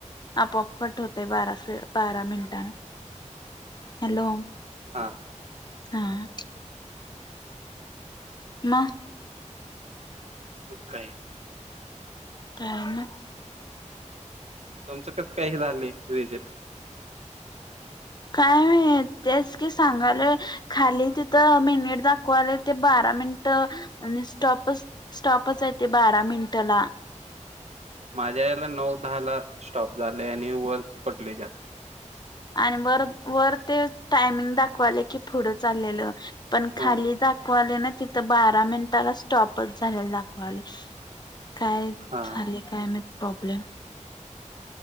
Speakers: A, on the left (about 35°); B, on the right (about 55°).
A: आपोआप कट होतय बारा मिंटान. हॅलो!
B: हा.
A: हा. मग.
B: मग काय?
A: काय झालं.
B: तुमचं कसं काय हे झालं एक्झिट.
A: काय माहित? तेच की सांगायलो खाली ते तेथ मिनिट दाखवाले ते बारा मिनट, आणि स्टॉपच स्टॉपच हाय ते बारा मिनिटाला.
B: माझ्या याला नऊ-दहा ला स्टॉप झालेय आणि वर पडले जास्त.
A: आणि वर वर ते टायमिंग दाखवाले की पुढं चाललेलं. पण खाली
B: हा
A: दाखवाले ना तिथ. तर बारा मिनटाला स्टॉपच झालेला दाखवाले, काय
B: हा
A: झालंय?
B: हा
A: काय माहित प्रॉब्लेम?